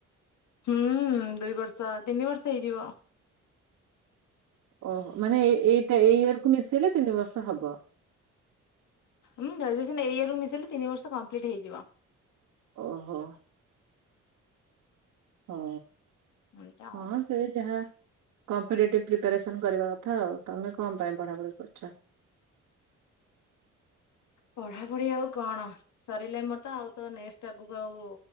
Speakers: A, on the left (about 75°); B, on the right (about 80°).
A: ହୁଁ ଦୁଇ ବର୍ଷ ତିନି ବର୍ଷ ହେଇଯିବ।
B: ଓହୋ ମାନେ ଏଇଟା ଏଇ ଇୟରକୁୁ ମିଶେଇଲେ ତିନି ବର୍ଷ ହବ।
A: ମୁ ଗ୍ରାଜୁଏସନ ଏଇ ଇୟରକୁ ମିଶାଇଲେ ତିନି ବର୍ଷ କମ୍ପ୍ଲିଟ ହେଇଯିବ।
B: ଓହୋ ହଁ
A: ଏମତି ଆଉ।
B: ହଁ ସେଯାହା, କମ୍ପିଟେଟିଭ ପ୍ରିପାରେସନ କରିବା କଥା ଆଉ ତମେ କଣ ପାଇଁ ପଢା ପଢି କରୁଛ।
A: ପଢାପଢି ଆଉ କଣ ସରିଲେ ମୋର ତ ଆଉ ତ ନେଷ୍ଟ ଆଗକୁ ଆଉ